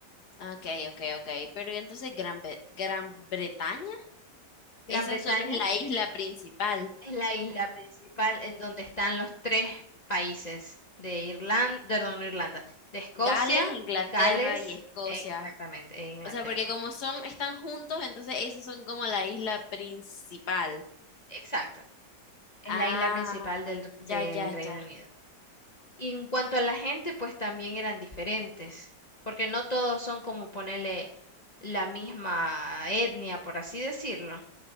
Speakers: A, on the left (about 65°); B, on the left (about 25°).
A: Ok, ok, ok. Pero ¿y entonces Gran, Bre- Gran Bretaña, esa
B: Gran Bretaña
A: solo es la isla principal.
B: es la isla principal en donde están los tres países de Irlanda, perdón, no Irlanda, de Escocia,
A: Gales, Inglaterra
B: Gales,
A: y Escocia.
B: exactamente, e Inglaterra.
A: O sea, porque como son, están juntos, entonces esas son como la isla principal.
B: Exacto. Es
A: Ah,
B: la isla principal del, del
A: ya, ya,
B: Reino
A: ya.
B: Unido. Y en cuanto a la gente, pues también eran diferentes, porque no todos son como ponerle la misma etnia, por así decirlo.